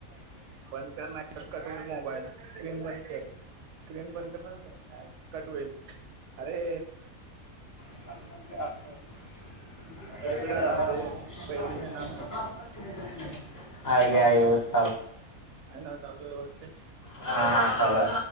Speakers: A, on the right (about 65°); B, on the left (about 25°).
A: बंद कर नाहीतर, कट मोबाईल स्क्रीन बंद कर. स्क्रीन बंद कर ना, कट होईल, अरे. -
B: <unintelligible>
A: अकाडमीड झाला म्हणजे पैसे मिळणार नाही
B: हे आहे हो <unintelligible>
A: हाय नव्हं चालू व्यवस्थीत?
B: हा, हा, चालू